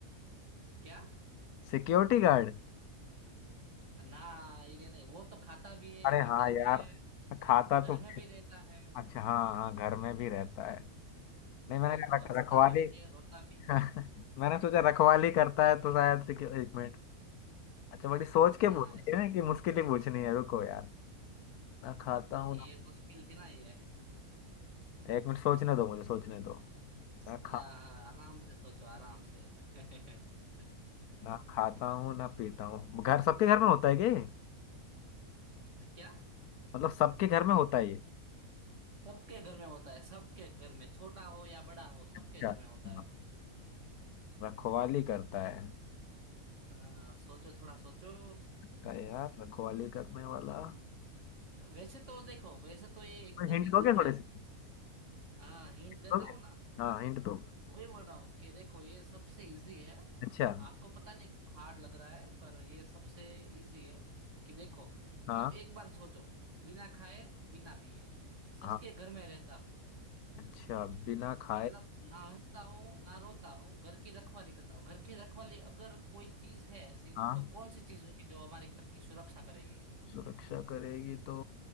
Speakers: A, on the right (about 55°); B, on the left (about 85°).
A: क्या
B: Security guard
A: ना ये नहीं वो तो खाता भी है
B: अरे
A: पीता
B: हाँ यार
A: भी है
B: खाता
A: घर
B: तो
A: में भी रहता है
B: अच्छा हाँ हाँ घर में भी रहता है नहीं
A: वही
B: मैंने कहा
A: तो
B: रख
A: हंसता
B: रखवाली
A: भी है रोता भी
B: <laughs> मैंने सोचा रखवाली करता है तो शायद से कि- एक मिनट अच्छा बड़ी सोच
A: ना
B: के पूछी
A: ऐसा
B: है ना कि मुश्किल ही पूछनी है रुको यार ना खाता हूँ
A: ये
B: ना
A: मुश्किल थी ना ये
B: एक मिनट सोचने दो मुझे सोचने दो ना
A: आ,
B: खा
A: आराम से सोचो आराम से <laughs>
B: ना खाता हूँ ना पीता हूँ घर सबके घर में होता है क्या ये?
A: क्या
B: मतलब सबके घर में होता है ये
A: सबके घर में होता है सबके घर में छोटा हो या बड़ा हो सबके
B: अच्छा
A: घर में होता
B: हाँ।
A: है
B: रखवाली करता है
A: आ, सोचो थोड़ा सोचो
B: लगता है यार रखवाली करने वाला
A: वैसे तो देखो वैसे तो ये एकदम
B: हिंट
A: इजी
B: दोगे
A: है
B: थोड़े से
A: हाँ हिंट देता
B: दोगे
A: हूँ ना
B: हाँ हिंट दो
A: वही बोल रहा हूँ कि देखो ये सबसे इजी है
B: अच्छा
A: आपको पता नहीं क्यों हार्ड लग रहा है पर ये सबसे इजी है कि देखो
B: हाँ
A: आप एक बार सोचो बिना खाए बिना पिए सबके
B: हाँ
A: घर में रहता
B: अच्छा बिना खाए
A: मतलब ना हंसता हूँ ना रोता हूँ घर की रखवाली करता हूँ घर की रखवाली अगर कोई चीज है ऐसी
B: हाँ
A: तो कौन सी चीज होगी जो हमारे घर की सुरक्षा करेगी
B: सुरक्षा करेगी तो